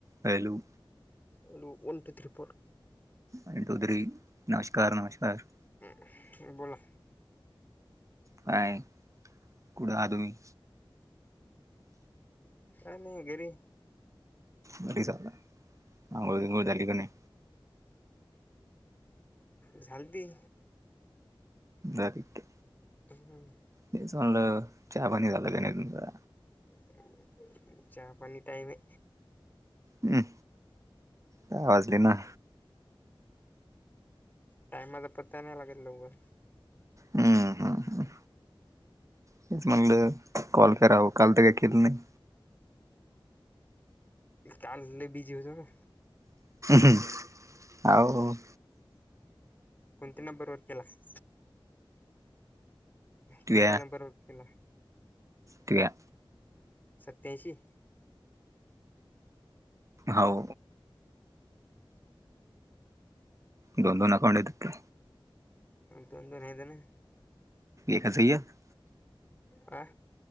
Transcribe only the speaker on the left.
hello, one two three four
<unintelligible> बोला.
काय नाही घरी आहे.
झालदी.
हम,
<unintelligible> चहा पाणी टाईम आहे.
टाइमाचा पत्ता नाही लागत लवकर.
काल लय बिजी होतो न,
कोणती नंबर वर केलास.
कोणत्या नंबर वर केला.
सत्याऐंशी
दोन दोन हातान
आ,